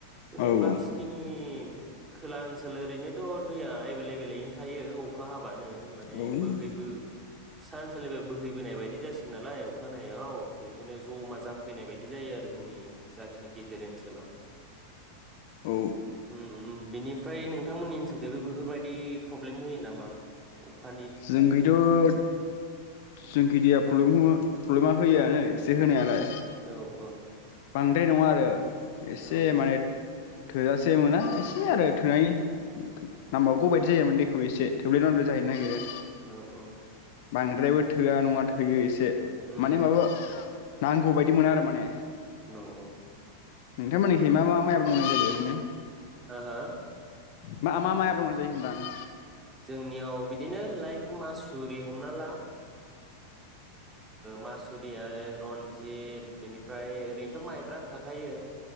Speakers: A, on the right (about 15°); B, on the left (about 50°).
A: दिनै
B: औ
A: बाखि खिनि खोला ओनसोल ओरैनोथ दैया एबेलेबेलैनो थायो अखा हाब बानो माने
B: औ
A: बोहैबो
B: औ
A: सा ओनसोलनिफाय बोहैबोनाय बायदि जासिगोन नालाय अखा हानायाव बेनिखायनो जमा जा जाफैनाय बायदि जायो आरो जोंनि जाखिनि गेजेर ओनसोलाव
B: औ।
A: उम बिनिफ्राय नोंथांमोननि ओनसोलखैबो बेफोरबायदि फ्रब्लेम होयो नामा अखा
B: जोंखैथ' जोंखै दैया फ्रब्लेम हो फ्रब्लेमा होयोयानो। एसे होनायालाय।
A: औ औ।
B: बांद्राय नङा आरो। एसे
A: औ
B: माने थोजासे मोना एसे आरो थोनायनि। नांमबावगौ बायदि जायो मोन दै खौ एसे थोब्लेद माब्लेथ जाहैनो नागिरो।
A: औ औ।
B: बांद्रायबो थोआ नङा थोयो एसे।
A: उम
B: माने माबा नांगौ बाय बिदि मोना आरो माने।
A: नौ औ।
B: नोंथांमोननिखै मा मा माइ आबाद मावनाय जायो ओरैनो?
A: ओ हो?
B: मा मा माइ आबाद मावनाय जायो होनदां?
A: <inaudible> बिदिनो लाइक मास उरि हमना ला। ओ मास या रनजिद बिनिफ्राय ओरैनोथ' माइब्रा थाखायो